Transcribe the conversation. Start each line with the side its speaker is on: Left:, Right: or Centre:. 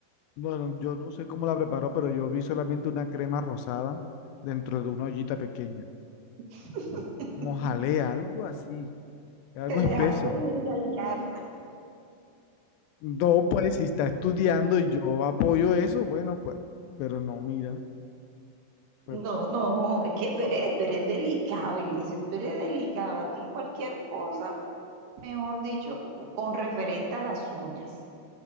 Left: Bueno, yo no sé cómo la preparó, pero yo vi solamente una crema rosada dentro de una ollita pequeña.
Right: <laughs>
Left: como jalea, algo así, algo
Right: te dejaste
Left: espeso.
Right: engañar.
Left: No, pues si está estudiando y yo apoyo eso, bueno, pues, pero no, mira,
Right: No,
Left: fue-
Right: no, es que tú eres, tú eres delicado, Eliezer, tú eres delicado. A ti cualquier cosa, mejor dicho, con referente a las uñas.